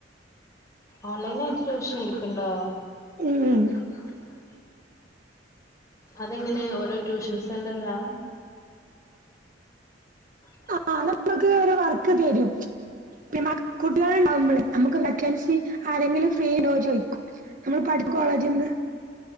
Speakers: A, on the left; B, on the right.
A: ഓൺലൈൻ ആയിട്ട് ട്യൂഷൻ എടുക്ക്‌ണ്ടോ
B: ഉം
A: <inaudible> അതെങ്ങനെ ഓരോ ട്യൂഷൻ സെന്ററിലാ <inaudible>
B: ആ ഒരു വർക്ക് തരും <unintelligible> കുട്ടികളുണ്ടാവുമ്പോളെ നമുക്ക് വേക്കൻസി ആരെങ്കിലും ഫ്രീ ഡോന്ന് ചോയിക്കും നമ്മൾ പഠിച്ച കോളേജ്ന്ന്